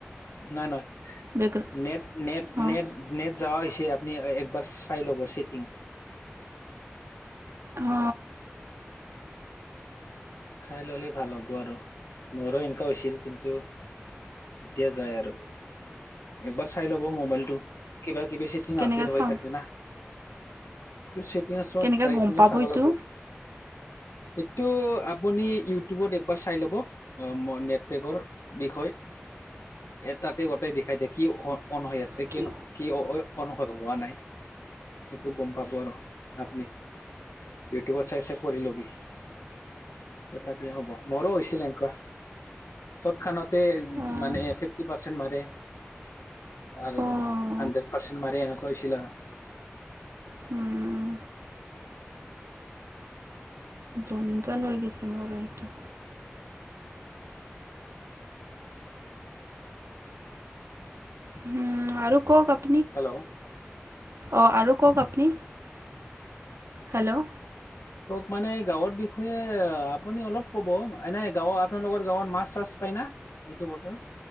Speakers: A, on the left; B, on the right.
A: নয় নয়।
B: বেক
A: নেট নেট
B: অঁ
A: নেট নেট যাৱা হৈছি আপনি একবাৰ চাই ল'ব চেটিং।
B: অ।
A: চাই ললেই ভাল হ'ব আৰু মোৰো এনকা হৈছিল কিন্তু এতিয়া যায় আৰু একবাৰ চাই ল'ব মোবাইলটো কিবা কিবি চেটিং
B: কেনেকৈ
A: আপডেট হৈ
B: চাওঁ
A: থাকে না। চেটিং ছোৱাত
B: কেনেকৈ
A: যাই
B: গম
A: কিনে
B: পাব
A: চাব
B: এইটো
A: লাগিব, এইটো আপ- আপুনি ইউটিউবত একবাৰ চাই ল'ব। অ ম নেটপেকৰ বিষয়। তাতে গোটেই গতাই দেখাই দিয়ে কি অন অন হৈ আছে কিনো-কি
B: কি
A: অন হোৱা নাই। সেইটো গম পাব আৰ। আপনি ইউটিউবত চাই চাই কৰি ল'বি। তথাপি হ'ব মোৰো হৈছিল এনেকুৱা তৎক্ষণাত। তাতে
B: অঁ
A: মানে ফিফটি পাৰ্চেণ্ট মাৰে। আৰু
B: অঁ
A: হাণ্ড্ৰেড পাৰ্চেণ্ট মাৰি এনেকুৱা হৈছিল আৰু।
B: হুম জঞ্জাল হৈ গৈছে মোৰ এইটো। হুম আৰু কওক আপ-
A: হেল্ল'
B: অ আৰু কওক আপুনি? হেল্ল'
A: কওক মানে গাঁৱৰ বিষয়ে আপুনি অলপ ক'ব এনে গাঁৱৰ আপোনালোকৰ গাঁৱত মাছ-চাছ পায় না? এইটো বতৰ